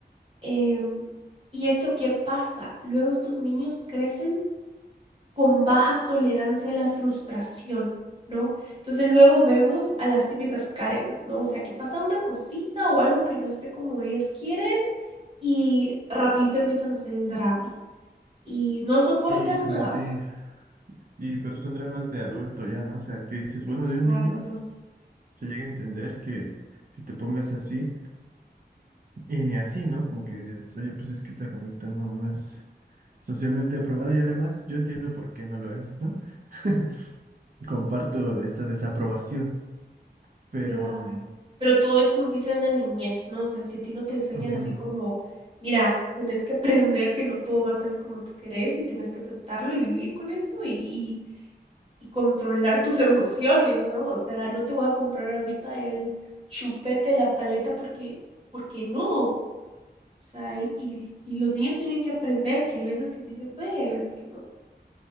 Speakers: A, on the right (about 30°); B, on the right (about 55°).
A: Em, ¿y esto qué pasa? Luego estos niños crecen con baja tolerancia a la frustración, ¿no? Entonces luego vemos a las típicas Karens, ¿no? O sea, que pasa una cosita o algo que no esté como ellas quieren y rapidito empiezan a hacer el drama y no soportan
B: Híjole,
A: nada.
B: sí. Y pero son dramas de adulto ya, ¿no? O sea, que dices, bueno,
A: Exacto.
B: de un niño se llega a entender que, que te pongas así. Y ni así, ¿no? Como que dices, oye, pues es que esta conducta no, no es socialmente aprobada y además yo entiendo por qué no lo es, ¿no? <laughs> Comparto esa desaprobación, pero...
A: Claro. Pero todo esto empieza en la niñez, ¿no? O sea, si a ti no te enseñan
B: ujú,
A: así como, mira, tenés que aprender que no todo va a salir como tú querés y tenés que aceptarlo y vivir con eso y, y, y controlar tus <laughs> emociones, ¿no? O sea, no te voy a comprar ahorita el chupete, la paleta, porque, porque no. O sea, y, y y los niños tienen que aprender que hay veces que sí se puede y hay veces que no.